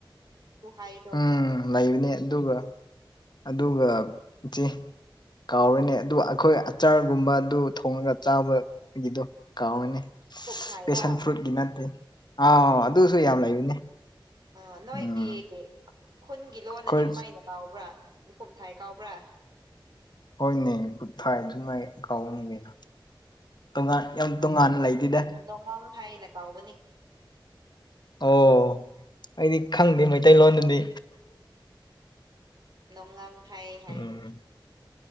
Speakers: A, on the right (about 55°); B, on the left (about 60°).
A: ꯇꯨ ꯍꯥꯏꯗꯣ
B: ꯎꯝ ꯂꯩꯕꯅꯦ ꯑꯗꯨꯒ ꯑꯗꯨꯒ ꯏꯆꯦ ꯀꯥꯎꯔꯤꯅꯦ ꯑꯗꯨ ꯑꯩꯈꯣꯏ ꯑꯆꯥꯔꯒꯨꯝꯕ ꯑꯗꯨ ꯊꯣꯡꯉꯒ ꯆꯥꯕ ꯏꯗꯨ ꯀꯃꯅꯦ
A: ꯈꯣꯝꯊꯥꯏꯔ
B: ꯄꯦꯁꯟ ꯐ꯭ꯔꯨꯠꯀꯤ ꯅꯠꯇꯦ ꯑꯥꯎ ꯑꯗꯨꯁꯨ ꯌꯥꯝ ꯂꯩꯕꯅꯦ
A: ꯑ ꯅꯣꯏꯒꯤ
B: ꯎꯝ
A: ꯈꯨꯟꯒꯤ ꯂꯣꯟꯅꯗꯤ
B: ꯑꯩꯈꯣꯏ
A: ꯀꯃꯥꯏꯅ ꯀꯥꯎꯕ꯭ꯔꯥ ꯀꯨꯝꯝ ꯊꯥꯏ ꯀꯥꯎꯕ꯭ꯔꯥ
B: ꯍꯣꯏꯅꯦ ꯈꯨꯠ ꯊꯥꯏ ꯑꯗꯨꯃꯥꯏ ꯀꯥꯎꯋꯅꯤ ꯀꯩꯅ ꯇꯣꯉꯥꯟ ꯌꯥꯝ ꯇꯣꯉꯥꯟꯅ ꯂꯩꯗꯤꯗ
A: ꯑꯥꯡ ꯍꯥꯏꯅ ꯀꯥꯎꯕꯅꯤ
B: ꯑꯣ ꯑꯩꯗꯤ ꯈꯪꯗꯦ ꯃꯩꯇꯩꯂꯣꯟꯗꯨꯗꯤ
A: ꯅꯣꯡꯉꯥꯡ ꯍꯥꯏ ꯍꯥꯏꯕꯅꯤ
B: ꯎꯝ